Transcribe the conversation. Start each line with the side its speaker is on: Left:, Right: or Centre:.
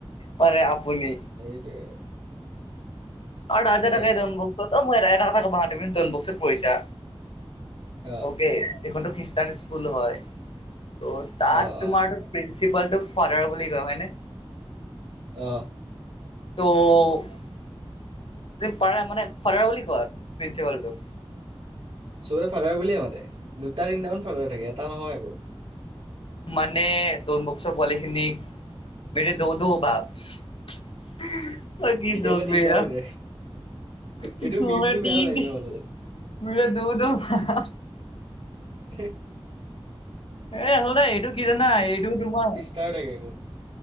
Left: মানে আপুনি?
Right: সেইটোৱে।
Left: আৰু তাত যে থাকে
Right: এই
Left: ডনবস্কত অ মোৰ এটা এটা কথা গম পোৱা না তুমি ডনবস্কত পঢ়িছা।
Right: অ',
Left: অকে এইখনতো খ্ৰীষ্টান স্কুল হয়, ত' তাত
Right: অ',
Left: তোমাৰ
Right: অ',
Left: প্ৰিঞ্চিপালটোক ফাডাৰ বুলি কয় হয়নে?
Right: অ।
Left: তো - যে পাৰে মানে ফাদাৰ বুলি কোৱা প্ৰিন্সিপালটো?
Right: চবে ফাডাৰ বুলিয়ে মাতে দুটা তিনিটামান ফাডাৰ থাকে এটা নহয় আকৌ।
Left: মানে ডনবস্কৰ পোৱালি খিনিক মেৰে দো দো বাপ! <unintelligible> অ কি
Right: কেতিয়াবা
Left: যত
Right: তিনিটাও
Left: বে এইয়া
Right: হৈ যায়
Left: কৃষ্ণ
Right: এইটো মিমটো
Left: <unintelligible>
Right: বেয়া ওলাইছিলে মাজতে
Left: মেৰে দো দো বাপ!
Right: <unintelligible>
Left: এ আচলতে এইটো কি জানা এইটো তোমাৰ -
Right: ষ্টাৰ থাকে আক